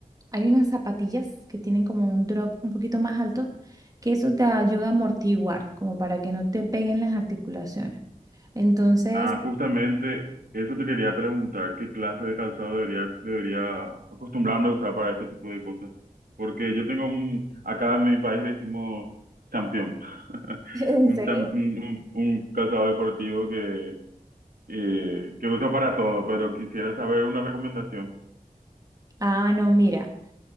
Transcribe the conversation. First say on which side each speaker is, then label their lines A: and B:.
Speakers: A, on the right; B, on the right.
A: hay unas zapatillas que tienen como un drop un poquito más alto, que eso te ayuda a amortiguar, como para que no te peguen las articulaciones. Entonces,
B: Ah, justamente eso te quería preguntar, ¿qué clase de calzado debería, debería acostumbrarme a usar para este tipo de cosas? Porque yo tengo un, acá en mi país le decimos champión, <laughs>
A: <laughs> ¿En
B: un,
A: serio?
B: cham- un, un- un calzado deportivo que, eh, que uso para todo, pero quisiera saber una recomendación.
A: ah, no, mira.